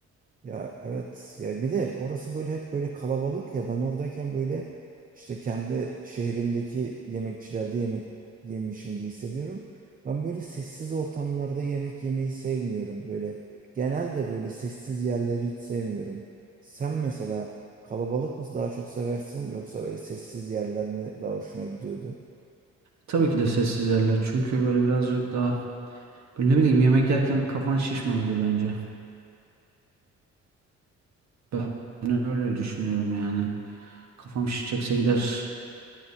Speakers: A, on the right; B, on the right.
A: Ya evet ya bir de orası böyle hep böyle kalabalık ya ben oradayken böyle işte kendi şehrimdeki yemekçilerde yemek yemişim gibi hissediyorum. Ben böyle sessiz ortamlarda yemek yemeyi sevmiyorum böyle. Genelde böyle sessiz yerleri hiç sevmiyorum. Sen mesela kalabalık mı daha çok seversin yoksa böyle sessiz yerler mi daha hoşuna gidiyordu?
B: Tabii ki de sessiz yerler çünkü böyle birazcık daha böyle ne bileyim yemek yerken kafan şişmemeli bence. Ben öyle düşünüyorum yani. Kafam şişecekse gider.